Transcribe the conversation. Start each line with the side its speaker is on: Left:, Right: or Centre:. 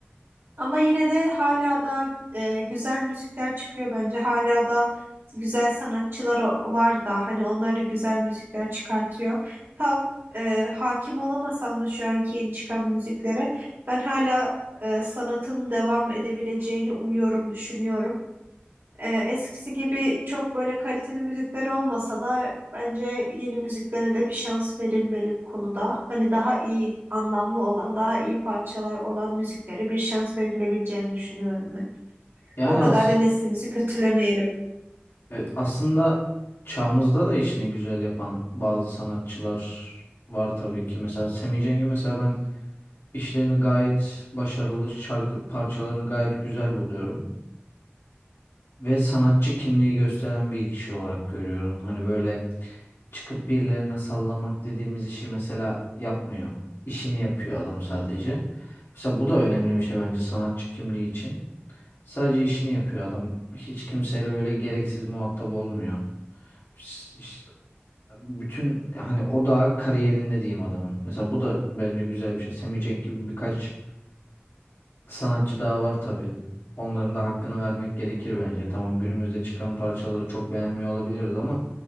Right: Ama yine de hala da e, güzel müzikler çıkıyor bence. Hala da güzel sanatçılar o- var da hani onlar da güzel müzikler çıkartıyor. Tam e, hakim olamasam da şu anki yeni çıkan müziklere ben hala e, sanatın devam edebileceğini umuyorum, düşünüyorum. Ee, eskisi gibi çok böyle kaliteli müzikler olmasa da bence yeni müziklere de bir şans verilmeli bu konuda. Hani daha iyi, anlamlı olan, daha iyi parçalar olan müziklere bir şans verilebileceğini düşünüyorum ben.
Left: Yani
Right: O kadar
Left: az,
Right: da neslimizi kötülemeyelim.
Left: evet, aslında çağımızda da işini güzel yapan bazı sanatçılar var tabii ki. Mesela Semi Cengi mesela ben işlerini gayet başarılı, şarkı parçalarını gayet güzel buluyorum. Ve sanatçı kimliği gösteren bir kişi olarak görüyorum. Hani böyle çıkıp birilerine sallamak dediğimiz işi mesela yapmıyor. İşini yapıyor adam sadece. Mesela bu da önemli bir şey bence sanatçı kimliği için. Sadece işini yapıyor adam. Hiç kimseyle böyle gereksiz muhatap olmuyor. Ş- ş- Bütün hani o da kariyerinde diyeyim adamın. Mesela bu da bence güzel bir şey. Semih Cenk gibi birkaç sanatçı daha var tabii. Onların da hakkını vermek gerekir bence. Tamam günümüzde çıkan parçaları çok beğenmiyor olabiliriz ama